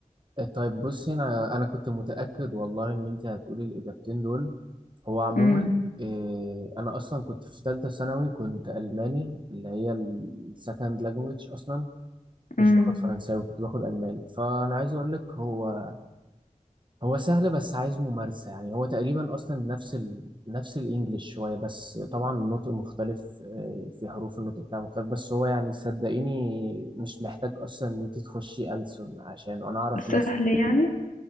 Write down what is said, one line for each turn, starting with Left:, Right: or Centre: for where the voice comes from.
Right: طيب بصي انا انا كنت متاكد والله ان انت هتقولي الاجابتين دول هو عموما
Left: امم
Right: إيه انا اصلا كنت في ثالثه ثانوي كنت الماني اللي هي السكند لانجوج اصلا كنتش
Left: امم
Right: باخد فرنساوي كنت باخد الماني فانا عايز اقول لك هو هو سهل بس عايز ممارسه يعني هو تقريبا اصلا نفس ال... نفس الانجليش شويه بس طبعا النطق مختلف إيه، في حروف النطق بتاعه مختلف بس هو يعني صدقيني مش محتاج اصلا ان انت تخشي ألسن عشان انا اعرف
Left: سهل
Right: ناس
Left: يعني